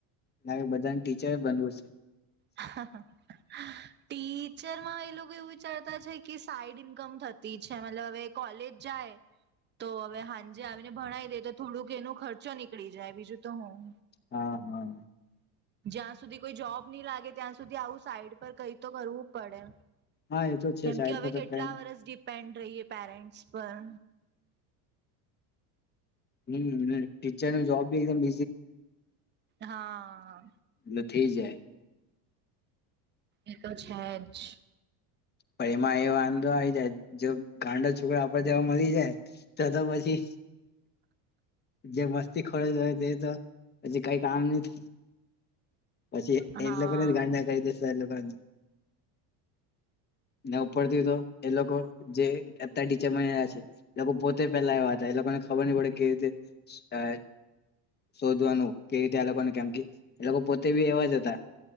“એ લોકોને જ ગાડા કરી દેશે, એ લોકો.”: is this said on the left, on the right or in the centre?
Left